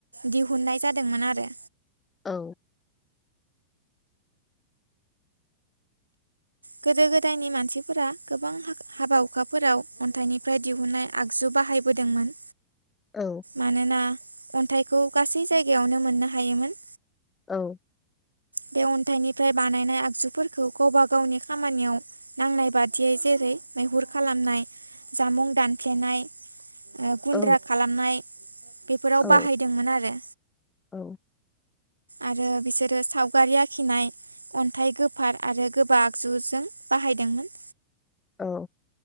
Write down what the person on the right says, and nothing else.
दिहुननाय जादोंमोन आरो।
गोदो गोदायनि मानसिफोरा गोबां हाबा हुखाफोराव अन्थाइनिफ्राय दिहुनाय आगजु बाहायबोदोंमोन।
मानोना अन्थाइखौ गासै जायगायावनो मोननो हायोमोन।
दं। अन्थाइनिफ्राय बानायनाय आगजुफोरखौ गावबा गावनि खामानियाव नांनाय बादियै जेरै मै हुर खालामनाय जामुं दानफ्लेनाय ओ गुन्द्रा
खालामनाय बेफोराव
बाहायदोंमोन आरो।
आरो बिसोरो सावगारि आखिनाय अन्थाइ गोफार आरो गोबा आगजुजों बाहायदोंमोन।